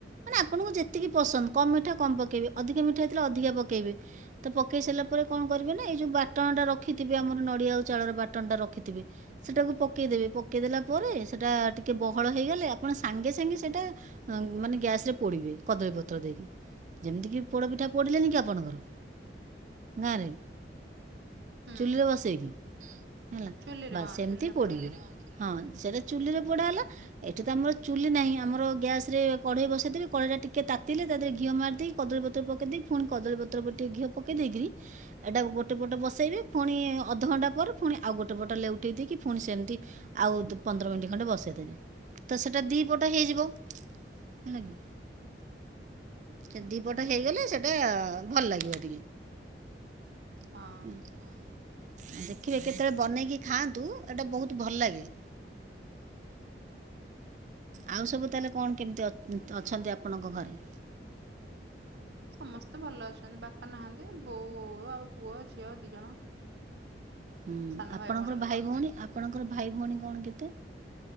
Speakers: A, on the right; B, on the right.
A: ମାନେ ଆପଣଙ୍କୁ ଯେତିକି ପସନ୍ଦ କମ୍ ମିଠା କମ୍ ପକେଇବେ ଅଧିକ ମିଠା ହେଇଥିଲା ଅଧିକା ପକେଇବେ। ତ ପକେଇ ସାରିଲା ପରେ କଣ କରିବେ ନା ଏଇ ଯୋଉ ବାଟଣ ଟା ରଖିଥିବେ ଆମର ନଡିଆ ଆଉ ଚାଉଳର ବାଟଣ ଟା ରଖିଥିବେ ସେଟାକୁ ପକେଇଦେବେ ପକେଇଦେଲା ପରେ ସେଟା ଟିକେ ବହଳ ହେଇଗଲେ ଆପଣ ସାଙ୍ଗେ ସାଙ୍ଗେ ସେଇଟା ଅ ମାନେ ଗ୍ୟାସ ରେ ପୋଡିବେ କଦଳୀ ପତ୍ର ଦେଇକି। ଯେମିତି କିି ପୋଡପିଠା ପୋଡିଲେନି କି ଆପଣଙ୍କର ଗାଁରେ
B: ହୁଁ
A: ଚୁଲିରେ ବସେଇକି। ହେଲା
B: ଚୁଲିରେ
A: ବାସ୍
B: ହଁ
A: ସେମିତି
B: ଚୁଲିରେ
A: ପୋଡିଲେ।
B: ପୋଡା ହେଲା
A: ହଁ ସେଟା ଚୁଲିରେ ପୋଡା ହେଲା। ଏଠି ତ ଆମର ଚୁଲି ନାହିଁ ଆମର ଗ୍ୟାସ ରେ କଢେଇ ବସେଇଦେବେ କଢେଇ ଟା ଟିକେ ତାତିଲେ ତାହରେ ଘିଅ ମାରିଦେଇ କଦଳୀ ପତ୍ର ପକେଇ ଦେଇ ପୁଣି କଦଳୀପତ୍ର ଉପରେ ଟିକେ ଘିଅ ପକେଇ ଦେଇକିରି ଏଇଟା ଗୋଟେ ପଟ ବସେଇବେ। ପୁଣି-ଇ-ଇ-ଇ ଅଧଘଣ୍ଟା ପରେ ପୁଣି ଆଉ ଗୋଟେ ପଟ ଲେଉଟେଇ ଦେଇକି ପୁଣି ସେମିତି ଆଉତ୍ ପନ୍ଦର ମିନିଟ୍ ଖଣ୍ଡେ ବସେଇଦେବେ ତ ସେଟା ଦି ପଟ ହେଇଯିବ। ହେଲାକି, ସେ ଦିପଟ ହେଇଗଲେ ସେଟା-ଆ ଭଲ ଲାଗିବ ଟିକେ।
B: ହଁ
A: ଦେଖିବେ କେତେବେଳେ ବନେଇକି ଖାଆନ୍ତୁ ଏଇଟା ବହୁତ ଭଲ ଲାଗେ। ଆଉ ସବୁ ତାହେଲେ କଣ କେମିତି ଅଛ୍ ଅଛନ୍ତି ଆପଣଙ୍କ ଘରେ?
B: ସମସ୍ତେ ଭଲ ଅଛନ୍ତି ବାପା ନାହାନ୍ତି ବୋଉ ଆଉ ପୁଅ ଝିଅ ଦି ଜଣ।
A: ହୁଁ
B: ସାନ
A: ଆପଣଙ୍କର
B: ଭଉଣୀ ମୋର
A: ଭାଇ, ଭଉଣୀ ଆପଣଙ୍କର ଭାଇ ଭଉଣୀ କଣ କେତେ?